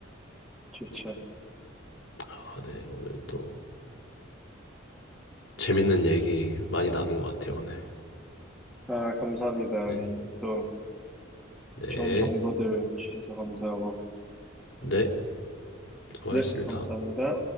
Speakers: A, in the centre; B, on the left (about 70°).
A: 좋죠.
B: 아, 네, 오늘 또 재밌는 얘기 많이 나눈 것 같아요, 오늘.
A: 아, 감사합니다. 아니,
B: 네,
A: 또
B: 네,
A: 좋은 정보들 주셔서 감사하고.
B: 네, 수고하셨습니다.
A: 네, 감사합니다.